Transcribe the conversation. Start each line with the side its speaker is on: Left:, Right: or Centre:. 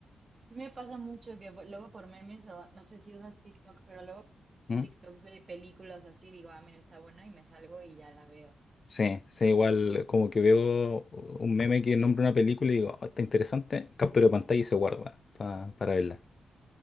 Right: Sí me pasa mucho que bu- luego por memes o no sé si usas TikTok, pero luego
Left: tanto.
Right: en TikToks de películas así digo, ah, mira, está buena y me salgo y ya la veo.
Left: Sí, sí, igual como que veo un meme que nombra una película y digo, "Oh, está interesante, captura pantalla y se guarda pa- para verla.